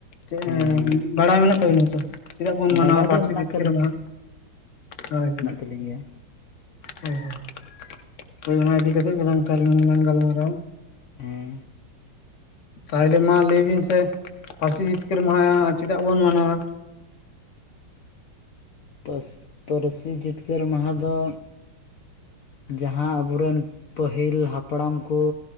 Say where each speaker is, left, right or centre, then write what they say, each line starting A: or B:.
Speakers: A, on the left; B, on the left.
A: ᱪᱮᱫ
B: ᱦᱮᱸ
A: ᱮᱸ ᱵᱟᱲᱟᱭ ᱢᱮᱱᱟᱜ ᱛᱟᱵᱤᱱᱟ ᱛᱚ? ᱪᱮᱫᱟᱜ ᱵᱚᱱ ᱢᱟᱱᱟᱶᱟ
B: ᱵᱟᱰᱟᱭ ᱫᱚ
A: ᱯᱟᱹᱨᱥᱤ
B: ᱢᱮᱱᱟᱜ
A: ᱡᱤᱛᱠᱟᱹᱨᱢᱟᱦᱟᱸ? ᱦᱳᱭ ᱦᱳᱭ
B: ᱟᱹᱞᱤᱧ ᱜᱮᱭᱟ.
A: ᱦᱮᱸ ᱦᱮᱸ ᱦᱳᱭ ᱚᱱᱟ ᱤᱫᱤ ᱠᱟᱛᱮᱜ ᱜᱮᱞᱟᱝ ᱜᱟᱞᱢᱟᱨᱟᱣ-ᱟ᱾
B: ᱦᱮᱸᱻ
A: ᱛᱟᱦᱚᱞᱮ ᱢᱟ ᱞᱟᱹᱭ ᱵᱤᱱ ᱥᱮ ᱯᱟᱹᱨᱥᱤ ᱡᱤᱛᱠᱟᱹᱨ ᱢᱟᱦᱟ ᱪᱮᱫᱟᱜ ᱵᱚᱱ ᱢᱟᱱᱟᱶᱟ?
B: ᱯᱟᱹᱥ ᱯᱟᱹᱨᱥᱤ ᱡᱤᱛᱠᱟᱹᱨ ᱢᱟᱦᱟ ᱫᱚ ᱡᱟᱦᱟᱸ ᱟᱵᱚᱨᱮᱱ ᱯᱟᱹᱦᱤᱞ ᱦᱟᱯᱲᱟᱢ ᱠᱚ